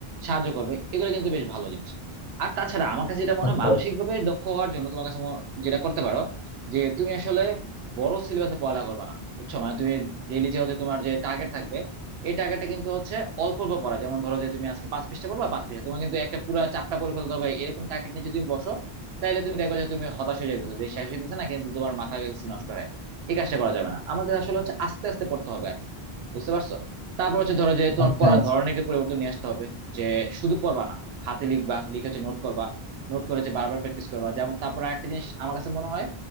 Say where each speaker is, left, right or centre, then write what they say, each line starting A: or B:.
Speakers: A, on the right (about 80°); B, on the left (about 40°).
A: সাহায্য করবে এগুলো কিন্তু বেশ ভালো জিনিস আর তাছাড়া আমার কাছে যেটা মনে
B: আচ্ছা
A: হয় মানসিক
B: আচ্ছা
A: ভাবে দক্ষ হওয়ার জন্য তোমার কাছে মনে- যেটা করতে পারো যে তুমি আসলে বড় সিলেবাসে পড়ালেখা করবে না বুঝছো মানে তুমি ডেইলি যে হচ্ছে তোমার যে টার্গেট থাকবে এই টার্গেটটা কিন্তু হচ্ছে অল্প অল্প পড়া যেমন ধরো যে তুমি আজকে পাঁচ পৃষ্ঠা পড়বা পাঁচ পৃষ্ঠা তোমার কিন্তু একটা পুরো চাপটা পড়ে ফেলতে হবে এরকম টার্গেট নিয়ে যদি তুমি বসো তাহলে তুমি দেখো যে তুমি হতাশ হয়ে যেতেছো যে শেষ হইতেছে না কিন্তু তোমার মাথা গেছে নষ্ট হয় এই কাজটা করা যাবে না আমাদের আসলে হচ্ছে আস্তে আস্তে পড়তে হবে আর কি বুঝতে পারছো তারপর হচ্ছে ধরো যে তোমার
B: আচ্ছা
A: পড়ার
B: আচ্ছা
A: ধরনেরকে পরিবর্তন নিয়ে আসতে হবে যে শুধু পড়বা না হাতে লিখবা লিখে হচ্ছে নোট করবা নোট করে হচ্ছে বারবার প্র্যাকটিস করবা যেমন তারপর একটা জিনিস আমার কাছে মনে হয়